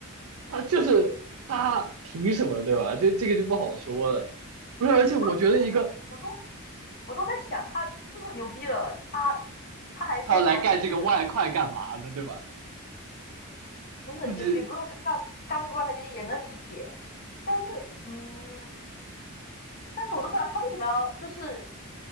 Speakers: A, on the right; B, on the left.
A: 他就是他凭什么，对吧？这这个就不好说了。不是，而且我觉得一个
B: 不是我我都。我都在想，他这么牛逼了，他他还说什么？
A: 他来干这个外快干嘛呢，
B: 就是
A: 对吧？
B: 不是也也不是干干这个外派，
A: 自己
B: 其实也能理解，但是嗯，但是我都不知道他为什么要就是